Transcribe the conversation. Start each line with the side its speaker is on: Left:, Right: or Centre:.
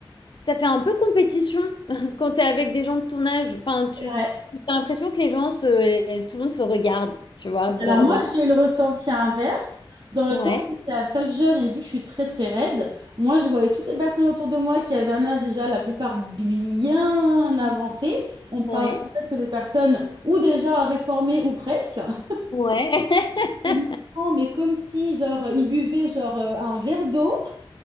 Left: ça fait un peu compétition <laughs> quand t'es avec des gens de ton âge. Enfin, tu
Right: Ouais.
Left: as l'impression que les gens se... Tout le monde se regarde, tu vois. v-
Right: Alors moi,
Left: regarde.
Right: j'ai eu le ressenti inverse, dans le
Left: Ouais,
Right: sens où j'étais la seule jeune, et vu que je suis très, très raide, moi, je voyais toutes les personnes autour de moi qui avaient un âge déjà, la plupart bien avancé. On parle
Left: ouais,
Right: presque des personnes ou déjà réformées ou presque. <laughs>
Left: ouais. <laughs>
Right: Des mouvements, Mais comme si, genre, ils buvaient, genre, euh, un verre d'eau.